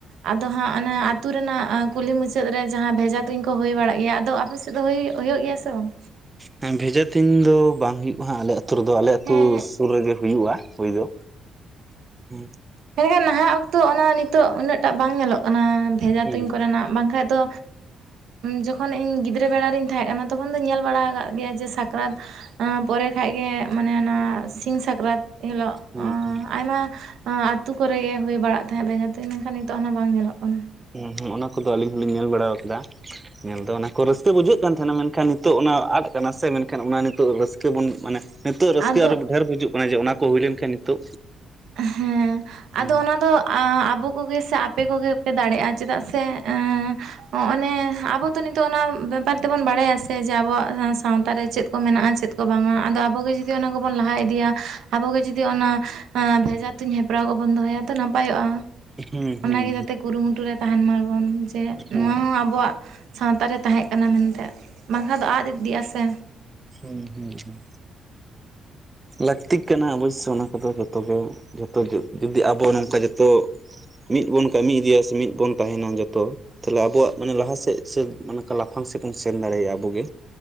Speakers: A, on the right; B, on the right.
A: ᱟᱫᱚ ᱦᱟᱸᱜ ᱚᱱᱮ ᱟ ᱟᱹᱛᱩ ᱨᱮᱱᱟᱜ ᱠᱩᱞᱤ ᱢᱩᱪᱟᱹᱫ ᱨᱮ ᱡᱟᱦᱟᱸ ᱵᱷᱮᱡᱟ ᱩᱛᱩᱧ ᱠᱚ ᱦᱩᱭ ᱵᱟᱲᱟᱜ ᱜᱮᱭᱟ ᱟᱫᱚ ᱟᱯᱮ ᱥᱮᱫ ᱫᱚ ᱦᱩᱭᱩᱜ ᱜᱮᱭᱟ ᱥᱮ ᱵᱟᱝ
B: ᱦᱮᱸ ᱵᱷᱮᱡᱟ ᱛᱩᱧ ᱫᱚ ᱵᱟᱝ ᱦᱩᱭᱩᱜ ᱦᱞ ᱟᱞᱮ ᱟᱨᱳ ᱨᱮᱫᱚ ᱟᱞᱮ ᱟᱛᱳᱥᱩᱨ
A: ᱦᱮᱸ
B: ᱨᱮᱜᱮ ᱦᱩᱭᱩᱜᱼᱟ ᱦᱳᱭ ᱫᱚ ᱦᱩ
A: ᱦᱮ ᱦᱮ ᱱᱟᱦᱟᱜ ᱚᱠᱛᱚ ᱚᱱᱟ ᱱᱤᱛᱚᱜ ᱩᱱᱟᱹᱜ ᱴᱟᱜ ᱵᱟᱝ ᱧᱮᱞᱚᱜ ᱠᱟᱱᱟ ᱵᱷᱮᱡᱟ
B: ᱦᱩᱸ
A: ᱛᱩᱧ ᱠᱚᱨᱮᱱᱟᱜ ᱵᱟᱝᱠᱷᱟ ᱫᱚ ᱡᱚᱠᱷᱚᱱ ᱤᱧ ᱜᱤᱫᱽᱨᱟᱹ ᱵᱮᱲᱟᱟᱨᱤᱧ ᱛᱟᱦᱮᱸ ᱠᱟᱱᱟ ᱛᱚᱠᱷᱚᱱ ᱫᱚᱧ ᱧᱮᱞ ᱵᱟᱲᱟ ᱟᱠᱟᱫ ᱜᱮᱭᱟ ᱡᱮ ᱥᱟᱠᱨᱟᱛ ᱯᱚᱨᱮ ᱠᱷᱟᱡᱜ ᱢᱟᱱᱮ ᱚᱱᱟ ᱥᱤᱧ ᱥᱟᱠᱨᱟᱛ ᱦᱤᱞᱳᱜ
B: ᱦᱩᱸ ᱦᱩᱸ
A: ᱟᱭᱢᱟ ᱟᱛᱳ ᱠᱚᱨᱮᱜ ᱜᱮ ᱦᱩᱭ ᱵᱟᱲᱟᱜ ᱛᱟᱦᱮᱸ ᱵᱮᱡᱷᱟ ᱛᱚ ᱢᱮᱱᱠᱷᱟᱱ ᱱᱤᱛᱚᱜ ᱦᱟᱱᱟ ᱵᱟᱝ ᱧᱮᱞᱚᱜ ᱠᱟᱱᱟ
B: ᱦᱸ ᱦᱸ ᱚᱱᱟ ᱠᱚᱫᱚ ᱟᱹᱞᱤᱧ ᱦᱚᱞᱤᱧ ᱧᱮᱞ ᱵᱟᱲᱟ ᱟᱠᱟᱫᱟ ᱧᱮᱞ ᱫᱚ ᱚᱱᱟ ᱠᱚ ᱨᱟᱹᱥᱠᱟᱹ ᱵᱩᱡᱷᱟᱹᱜ ᱠᱟᱱ ᱛᱟᱦᱮᱱᱟ ᱢᱮᱱᱠᱷᱟᱱ ᱱᱤᱛᱚᱜ ᱚᱱᱟ ᱟᱫ ᱠᱟᱱᱟ ᱥᱮ ᱢᱮᱱᱠᱷᱟᱱ ᱚᱱᱟ ᱱᱤᱛᱚᱜ ᱨᱟᱹᱥᱠᱟᱹ ᱵᱚᱱ ᱢᱟᱱᱮ ᱱᱤᱛᱚᱜ ᱨᱟᱹᱥᱠᱟᱹ
A: ᱟᱫᱚ
B: ᱟᱨᱚ ᱰᱷᱮᱨ ᱵᱩᱡᱩᱜ ᱠᱟᱱᱟ ᱡᱮ ᱚᱱᱟ ᱠᱚ ᱦᱩᱭ ᱞᱮᱱᱠᱷᱟᱱ ᱱᱤᱛᱚᱜ
A: ᱦᱮᱸ ᱟᱫᱚ
B: ᱦᱩᱸ
A: ᱚᱱᱟ ᱫᱚ ᱟᱵᱚ ᱠᱚᱜᱮ ᱥᱮ ᱟᱯᱮ ᱠᱚᱜᱮ ᱯᱮ ᱫᱟᱲᱮᱭᱟᱜᱼᱟ ᱪᱮᱫᱟᱜ ᱥᱮ ᱜ ᱚᱱᱮ ᱟᱵᱚ ᱛᱚ ᱱᱤᱛᱚᱜ ᱚᱱᱟ ᱵᱮᱯᱟᱨ ᱛᱮᱵᱚᱱ ᱵᱟᱲᱟᱭᱟ ᱥᱮ ᱡᱮ ᱟᱵᱚᱣᱟᱜ ᱥᱟᱶᱛᱟ ᱨᱮ ᱪᱮᱫ ᱠᱚ ᱢᱮᱱᱟᱜᱼᱟ ᱪᱮᱫ ᱠᱚ ᱵᱟᱝᱟ ᱟᱫᱚ ᱟᱵᱚᱜᱮ ᱡᱩᱫᱤ ᱚᱱᱟ ᱠᱚᱵᱚᱱ ᱞᱟᱦᱟ ᱤᱫᱤᱭᱟ ᱟᱵᱚᱜᱮ ᱡᱩᱫᱤ ᱚᱱᱟ ᱵᱷᱮᱡᱟ ᱛᱩᱧ ᱦᱮᱯᱨᱟᱣ ᱠᱚᱵᱚᱱ ᱫᱚᱦᱚᱭᱟ ᱛᱚ ᱱᱟᱯᱟᱭᱚᱜᱼᱟ
B: ᱦᱩᱸ ᱦᱩᱸ
A: ᱚᱱᱟᱜᱮ ᱡᱟᱛᱮ ᱠᱩᱨᱩᱢᱩᱴᱩ ᱨᱮ ᱛᱟᱦᱮᱱ ᱢᱟᱵᱚᱱ ᱡᱮ
B: ᱦᱩᱸ
A: ᱱᱚᱣᱟ ᱦᱚᱸ ᱟᱵᱚᱣᱟᱜ ᱥᱟᱶᱛᱟ ᱨᱮ ᱛᱟᱦᱮᱸ ᱠᱟᱱᱟ ᱢᱮᱱᱛᱮ ᱵᱟᱝᱠᱷᱟᱱ ᱫᱚ ᱟᱫ ᱤᱫᱤᱜᱼᱟ ᱥᱮ
B: ᱦᱩᱸ ᱦᱩᱸ ᱦᱩᱸ ᱞᱟᱹᱠᱛᱤᱜ ᱠᱟᱱᱟ ᱚᱵᱚᱥᱥᱳᱭ ᱚᱱᱟ ᱠᱚᱫᱚ ᱡᱚᱛᱚ ᱜᱮ ᱡᱚᱛᱚ ᱡᱩᱚᱫᱤ ᱟᱵᱚ ᱱᱚᱝᱠᱟ ᱡᱚᱛᱚ ᱢᱤᱫ ᱵᱚᱱ ᱠᱟᱹᱢᱤ ᱤᱫᱤᱭᱟ ᱥᱮ ᱢᱤᱫ ᱵᱚᱱ ᱛᱟᱦᱮᱱᱟ ᱡᱚᱛᱚ ᱛᱟᱦᱞᱮ ᱟᱵᱚᱣᱟᱜ ᱢᱟᱱ ᱞᱟᱦᱟ ᱥᱮᱫ ᱥᱮ ᱞᱟᱯᱷᱟᱝ ᱥᱮᱫ ᱵᱚᱱ ᱥᱮᱱ ᱫᱟᱲᱮᱭᱟᱜᱼᱟ ᱟᱵᱩᱜ ᱜᱮ